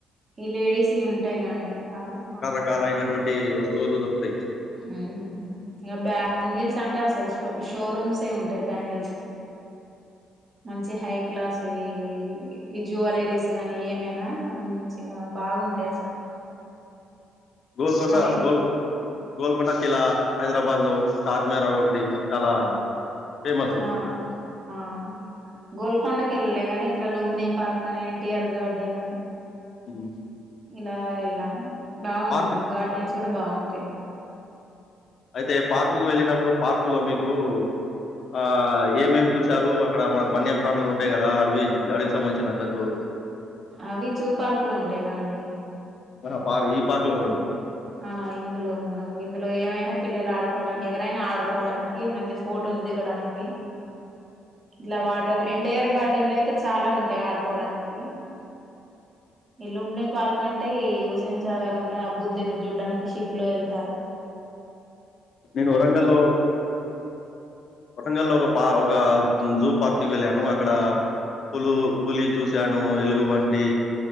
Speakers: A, on the right (about 35°); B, on the left (about 55°).
A: ఈ లేడీస్యీ ఉంటై కాండి <unintelligible>
B: రకాలైనటువంటి వస్తువులు దొరుకుతయి.
A: హ్ ఇగ బ్యాంగిల్స్ అంటే అసలు షో షోరూమ్సే ఉంటయి బ్యాంగిల్స్కి. మంచి హై క్లాస్వి ఈ జ్యువెలరీస్ కానీ ఏమైనా మంచిగా బాగుంటయి అసలు.
B: గోల్కొండ
A: కానీ
B: గోల్ గోల్కొండ కిల్లా హైదరాబాద్ లో చార్మినార్ అది ఒకటి చాలా ఫేమస్.
A: ఆ ఆ గోల్కొండకి వెళ్ళలే గాని ఇట్లా లుంబిని పార్క్ అని, ఎన్టీఆర్ గార్డెను
B: హ్మ్.
A: ఇలా వెళ్ళాము బాగున్నయి
B: పార్క్
A: గార్డెన్స్ కూడా బావుంటయి.
B: అయితే పార్కుకు వెళ్ళినప్పుడు పార్కు లో మీకు ఆ ఏమేమి చూసారు అక్కడ మన వన్యప్రాణులు ఉంటయి కదా అడవి అడవికి సంబంధించిన జంతువులు.
A: అవి జూపార్క్లో ఉంటయిగా అండి.
B: ఆ పార్ ఈ పార్క్లో ఉండవు.
A: ఆ ఇందులో ఉండవు ఇందులో ఏమైనా పిల్లలు ఆడుకోవడా ఎవరైనా ఆడుకోవడానికి. కిమంచిగా ఫొటోస్ దిగడానికి ఇట్లా వాటర్ ఎన్టీఆర్ గార్డెన్లో అయితే చాలా ఉంటయి ఆడుకోవడానికి. ఈ లుంబినీ పార్క్ అంటే ఈ హుస్సేన్ సాగర్ నుండే ఆ బుద్ధ చూడ్డానికి షిప్ లో ఎళ్తారు.
B: నేను వరంగల్లో వరంగల్లో ఒక పా ఒక జూపార్క్ కి వెళ్ళాను అక్కడా పులు పులి చూసాను, ఎలుగుబంటి,